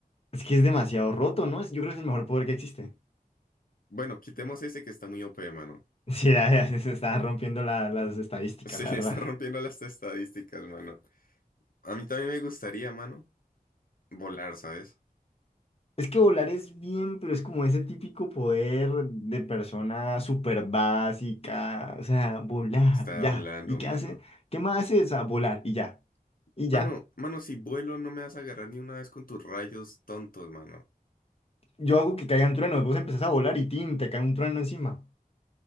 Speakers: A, on the left (about 40°); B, on the left (about 65°).
A: Es que es demasiado roto, ¿no? Es- yo creo que es el mejor poder que existe.
B: Bueno, quitemos ese que está muy OP, mano.
A: <laughs>
B: <laughs>
A: Sí, la- la- se está rompiendo la- las estadísticas,
B: Sí,
A: la verdad.
B: está rompiendo las estadísticas, mano. A mí también me gustaría, mano, volar, ¿sabes?
A: Es que volar es bien, pero es como ese típico poder de persona súper básica, o sea, volar,
B: Está
A: ya.
B: hablando,
A: ¿Y qué
B: mano.
A: hace? ¿Qué más hace? O sea, volar y ya, y
B: Mano,
A: ya.
B: mano, si vuelo no me vas a agarrar ni una vez con tus rayos tontos, mano.
A: Yo hago que caigan truenos, vos empezás a volar y tin, te cae un trueno encima.